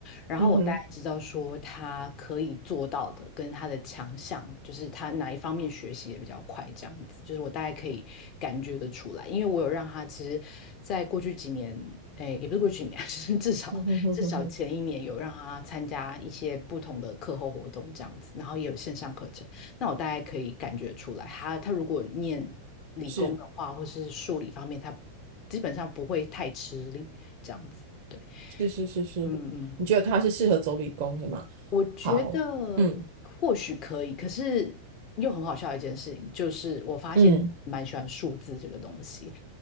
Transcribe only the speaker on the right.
嗯哼，
嗯哼哼哼哼，
是
是是是是，
你觉得她是适合走理工的吗？
好。嗯。
嗯，